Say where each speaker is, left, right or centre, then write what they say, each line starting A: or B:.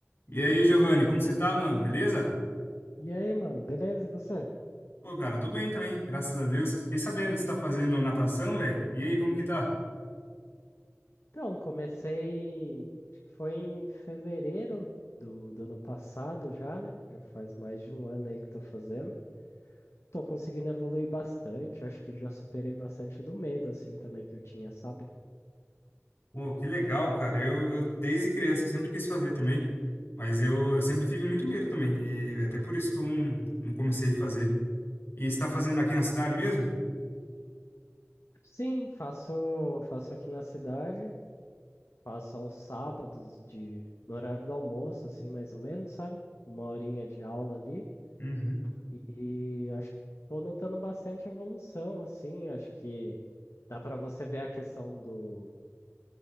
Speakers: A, on the left; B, on the left.
A: E aí, Giovanni, como você tá, mano? Beleza?
B: E aí, mano, beleza? E você?
A: Pô, cara, tô bem também, graças a Deus. Fiquei sabendo que você tá fazendo natação, velho. E aí, como que tá?
B: Então, comecei, acho que foi em fevereiro do, do ano passado já, né? Já faz mais de um ano aí que tô fazendo. Tô conseguindo evoluir bastante, acho que já superei bastante do medo, assim, também que eu tinha, sabe?
A: Pô, que legal, cara. Eu, eu desde criança eu sempre quis fazer também, mas eu, eu sempre tive muito medo também, e até por isso que eu não, não comecei a fazer. E você tá fazendo aqui na cidade mesmo?
B: Sim, faço, faço aqui na cidade, faço aos sábados de, no horário do almoço, assim, mais ou menos, sabe? Uma horinha de aula ali.
A: Uhum,
B: E acho que tô notando bastante evolução, assim, acho que. Dá para você ver a questão do.